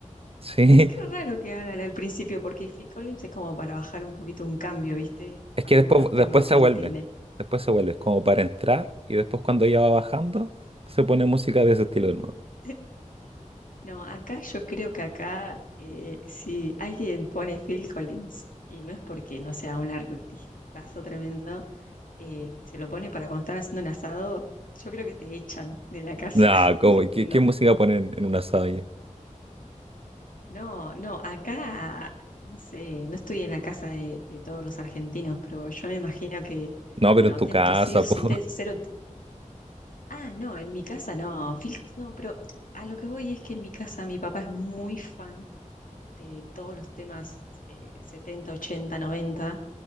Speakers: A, on the right; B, on the left.
A: Sí,
B: pero qué raro que hagan al principio, porque Phil Collins es como para bajar un poquito un cambio, ¿viste?
A: <laughs>
B: Con
A: es que
B: algunos
A: después, después
B: temas que
A: se vuelve.
B: él tiene.
A: Después se vuelve, es como para entrar y después cuando ya va bajando, se pone música de ese estilo
B: Mm.
A: de nuevo.
B: <laughs> No, acá yo creo que acá eh, si alguien pone Phil Collins, y no es porque no sea un artistazo tremendo, eh, se lo pone para cuando están haciendo un asado, yo creo que te echan de la casa.
A: No, como,
B: <laughs>
A: ¿Qué,
B: No,
A: qué música ponen en un asado ya?
B: no, no, acá, no sé, no estoy en la casa de, de todos los argentinos, pero yo me imagino que,
A: No, pero
B: no,
A: en tu
B: tiene
A: casa,
B: que sí o sí,
A: po.
B: te, cero, ah, no, en mi casa no, fij- no, pero a lo que voy es que en mi casa mi papá es muy fan de todos los temas eh, 70, 80, 90.